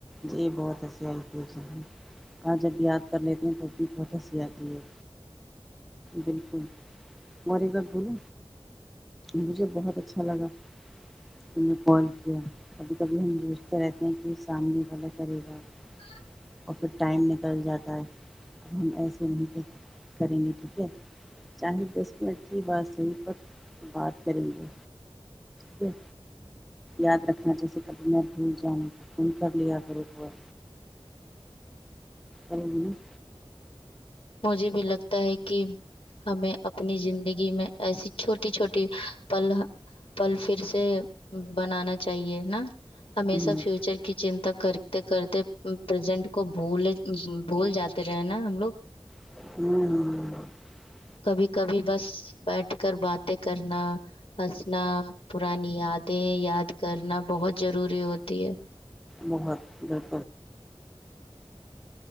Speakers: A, in the centre; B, on the left (about 65°).
A: جی بہت ہنسی آئیتی ہے آ جب یاد کر لیتے ہیں تو اب بھی بہت ہنسی آتی ہے بالکل اور ایک ب بولو مجھے بہت اچھا لگا ت نے کال کیا کبھی کبھی ہم بوجھتے رہتے ہیں کہ سامنے والغا <unintelligible> سری گا <unintelligible> <inaudible>
B: ہ <unintelligible>
A: اور پھر ٹائم نکل جاتا ہے اب ہم ایسے نہیں د کریں گے ٹھیک ہے چاہے دس منٹ کی بات صحیح پر بات کریں گے ٹھیک ہے یاد رکھنا جیسے کبھی میں بھول جاؤں تو فون کر لیا کرو <unintelligible> ہاں <unintelligible> ا <inaudible>
B: مجھے بھی لگتا ہے کہ ہمیں اپنی زندگی میں ایسی چھوٹی چھوٹی پل پل پھر سے بنانا چاہیے نا ہمیشہ
A: ہوں
B: فیوچر کی چنتا کر کرتے پرزینٹ کو بول بھول جاتے رہے نا ہم لوگ
A: ہوں
B: کبھی کبھی بس بیٹھ کر باتیں کرنا ہنسنا پرانی یادیں یاد کرنا بہت ضروری ہوتی ہے
A: بہت ب